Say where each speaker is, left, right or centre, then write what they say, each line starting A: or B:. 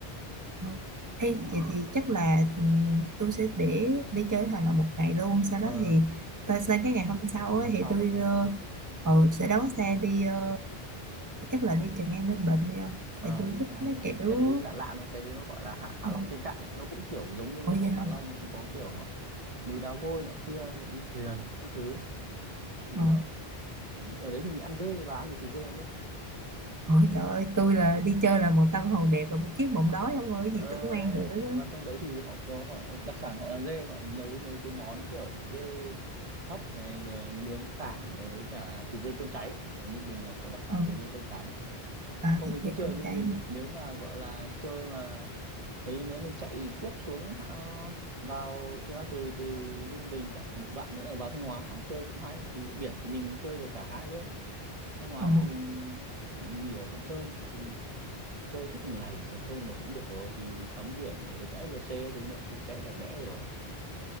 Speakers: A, on the right; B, on the right.
A: ờ. Ê, vậy thì chắc là ừ, tôi sẽ để để chơi thành là một ngày luôn sau
B: ờ
A: đó thì tôi sang cái ngày hôm sau
B: nghỉ
A: ấy,
B: hôm sau
A: thì tôi
B: ờ
A: ờ, ờ, sẽ đón xe đi ờ, chắc là đi Tràng An Ninh Bình đi không tại
B: Ờ,
A: tôi
B: đi
A: thích
B: trái
A: mấy
B: Ninh
A: kiểu
B: Bình cái đấy lạ lạ nó cái đấy nó gọi là Hạ Hạ
A: ờ,
B: Long trên cạn ấy nó cũng kiểu giống như bên
A: ủa vậy
B: ông Hạ
A: hả
B: Long cũng có kiểu núi đá vôi nọ kia thì đi thuyền các thứ thì
A: ờ,
B: ờ, ở đấy thì mình ăn dê bà ăn được thịt dê không đấy
A: ờ, trời ơi tôi là đi chơi là một tâm hồn đẹp và một chiếc bụng đói ông ơi cái
B: ờ
A: gì tôi cũng ăn
B: đấy
A: được
B: đấy
A: đó
B: và trong đấy thì họ có họ đặc sản họ là dê họ nấu mấy cái món kiểu dê hấp này rồi là nướng tảng này với cả thịt dê cơm cháy ở Ninh Bình là có đặc sản
A: ờ,
B: thịt dê cơm cháy
A: à,
B: không
A: thì
B: mình cứ
A: chơi
B: chơi
A: cơm
B: Ninh
A: cháy
B: Bình đi nếu mà gọi là chơi mà Thế nếu mình chạy tiếp xuống hạ- vào từ từ từ Ninh Bình chạy một đoạn nữa là vào Thanh Hóa chơi cũng hay thì biển thì mình chơi được cả hai luôn Thanh Hóa
A: ờ.
B: thì mình nghỉ ở Sầm Sơn thì chơi chắc một ngày ở Sầm Sơn là cũng được rồi thì tắm biển ở đấy có FLC thứ nó cũng sạch sẽ đẹp đẽ rồi